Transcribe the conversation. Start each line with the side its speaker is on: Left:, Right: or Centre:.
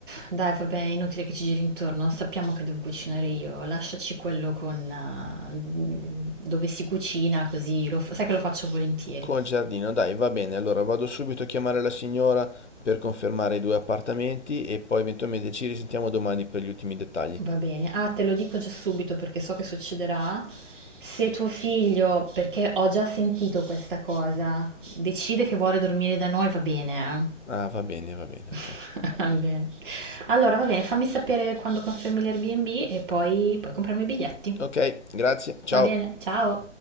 Right: dai, vabbè, è inutile che ci giri intorno, sappiamo che devo cucinare io, lasciaci quello con eh, dove si cucina, così lo fa- sai che lo faccio volentieri.
Left: Col giardino, dai, va bene. Allora vado subito a chiamare la signora per confermare i due appartamenti e poi eventualmente ci risentiamo domani per gli ultimi dettagli.
Right: Va bene, ah, te lo dico già subito perché so che succederà. Se tuo figlio, perché ho già sentito questa cosa, decide che vuole dormire da noi, va bene.
Left: Ah, va bene, va
Right: eh?
Left: bene,
Right: <laughs>
Left: ok.
Right: Va bene. Allora, va bene, fammi sapere quando confermi l'Airbnb e poi, poi compriamo i biglietti.
Left: Ok, grazie, ciao.
Right: Va bene, ciao.